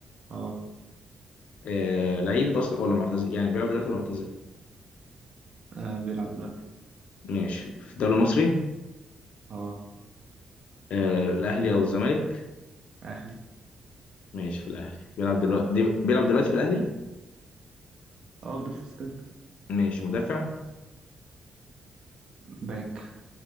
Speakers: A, on the right; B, on the left.
A: اه
B: آه لعيب اصلا ولا معتزل يعني بيلعب دلوقتي ولا معتزل
A: آه، بيلعب دلوقتي
B: ماشي في الدوري المصري
A: اه
B: آه الاهلي او الزمالك
A: اهلي
B: ماشي في الاهلي بيلعب دلوقتي دي بيلعب دلوقتي في الاهلي
A: اه لسه ستيل
B: ماشي مدافع
A: باك